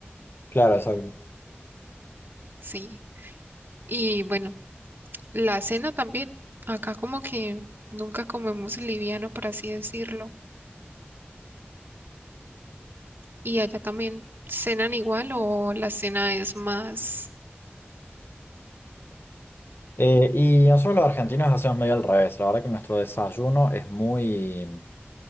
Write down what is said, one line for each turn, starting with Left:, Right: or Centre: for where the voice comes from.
Left: Claro, exacto.
Right: Sí. Y bueno, la cena también. Acá como que nunca comemos liviano, por así decirlo. ¿Y allá también cenan igual o la cena es más...
Left: Eh, y nosotros los argentinos hacemos medio al revés, la verdad que nuestro desayuno es muy...